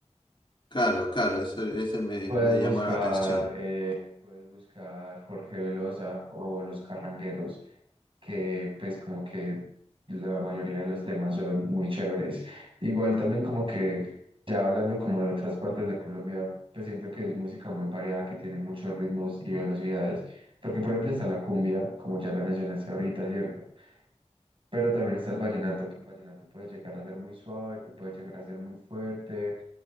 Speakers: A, on the left; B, on the right.
A: Claro, claro, eso, ese me,
B: Puedes
A: me
B: buscar,
A: llamó la atención.
B: eh, puedes buscar Jorge Velosa o Los Carrangueros, que pues como que la mayoría de los temas son muy chéveres. Igual también como que ya hablando como de otras partes de Colombia, pues siento que es música muy variada, que tiene muchos ritmos y velocidades. Porque por ejemplo está la cumbia, como ya la mencionaste ahorita, ¿cierto? Pero también está el vallenato, que el vallenato puede llegar a ser muy suave, que puede llegar a ser muy fuerte.